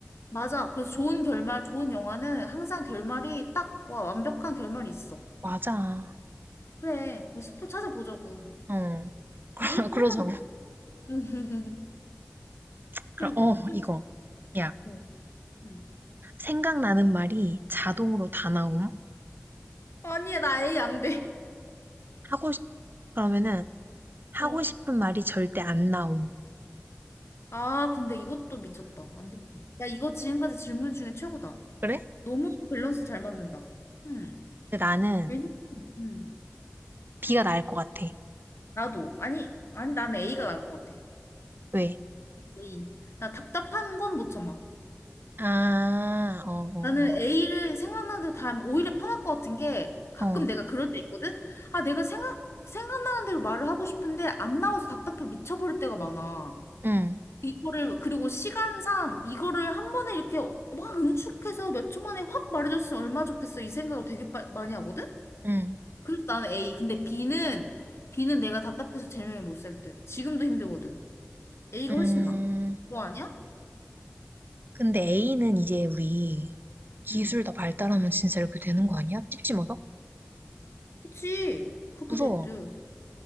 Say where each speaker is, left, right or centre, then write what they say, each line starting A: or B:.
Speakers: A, on the left (about 75°); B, on the right (about 50°).
A: 맞아. 그래서 좋은 결말, 좋은 영화는 항상 결말이 딱 와, 완벽한 결말이 있어.
B: 맞아.
A: 그래, 그 스포 찾아보자고.
B: 어, <laughs>
A: A가
B: 그러자고.
A: 헐란데. <laughs> 그리고,
B: 그럼, 어,
A: 또래
B: 이거.
A: 어.
B: 야,
A: 뭐, 응.
B: 생각나는 말이 자동으로 다 나옴.
A: 아니야, 나 A 안 돼.
B: 하고 싶, 그러면은 하고
A: 어.
B: 싶은 말이 절대 안 나옴.
A: 아, 근데 이것도 미쳤다. 안 돼. 야, 이거 지금까지 질문 중에 최고다.
B: 그래?
A: 너무 밸런스 잘 맞는다. 음.
B: 근데 나는
A: 왜냐? 음.
B: B가 나을 것 같아.
A: 나도. 아니, 아니, 나는 A가 나을 것 같아.
B: 왜?
A: A. 나 답답한 건 못 참아.
B: 아, 어, 어,
A: 나는 A를 생각나는 대로 다 하면 오히려 편할 것 같은 게 가끔
B: 어. 어,
A: 내가 그럴 때 있거든? 아, 내가 생각, 생각나는 대로 말을 하고 싶은데 안 나와서 답답해 미쳐버릴 때가 많아.
B: 응,
A: 이거를, 그리고 시간상 이거를 한 번에 이렇게 막 응축해서 몇 초 만에 확 말해줬으면 얼마나 좋겠어. 이 생각을 되게 빠- 많이 하거든?
B: 응,
A: 그래서 나는 A. 근데 B는, B는 내가 답답해서 제명이 못 살 듯. 지금도 힘들거든. A가
B: 음.
A: 훨씬 나아. 너 아니야?
B: 근데 A는 이제 우리 기술
A: 응.
B: 다 발달하면 진짜 이렇게 되는 거 아니야? 찝찝어서
A: 그치. 그렇게
B: 무서워.
A: 될 듯.